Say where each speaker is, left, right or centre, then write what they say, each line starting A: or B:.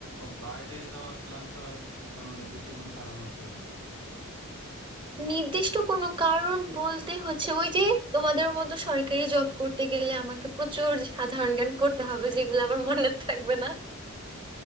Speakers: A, on the right (about 70°); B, on the right (about 20°).
A: বাইরে যাওয়ার প্ল্যান করার কি কোনো নির্দিষ্ট কোনো কারণ আছে
B: নির্দিষ্ট কোনো কারণ বলতে হচ্ছে ওই যে তোমাদের মতো সরকারি জব করতে গেলে আমাকে প্রচুর সাধারণ জ্ঞান পড়তে হবে যেগুলো আমার মনে থাকবে না